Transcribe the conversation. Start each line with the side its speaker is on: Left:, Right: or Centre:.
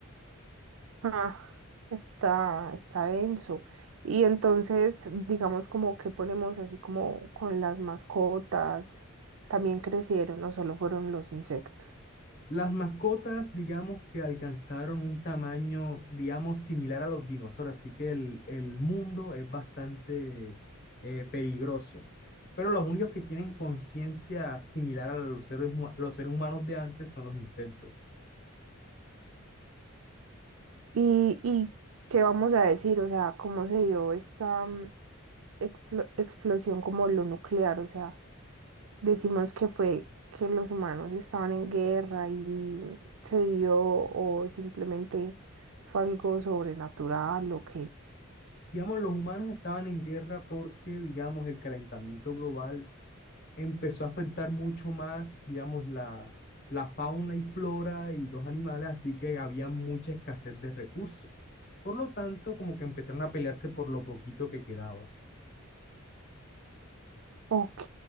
Right: Ah, está, está denso. Y entonces, digamos como que ponemos así como con las mascotas, también crecieron, no solo fueron los insectos.
Left: Las mascotas, digamos que alcanzaron un tamaño, digamos, similar a los dinosaurios, así que el, el mundo es bastante eh, peligroso. Pero los únicos que tienen conciencia similar a los seres, huma- los seres humanos de antes son los insectos.
Right: ¿Y, y qué vamos a decir? O sea, ¿cómo se dio esta mm, explo- explosión como lo nuclear? O sea... decimos que fue que los humanos estaban en guerra y se dio o simplemente fue algo sobrenatural o qué.
Left: Digamos, los humanos estaban en guerra porque, digamos, el calentamiento global empezó a afectar mucho más, digamos, la, la fauna y flora y los animales, así que había mucha escasez de recursos. Por lo tanto, como que empezaron a pelearse por lo poquito que quedaba.
Right: Ok,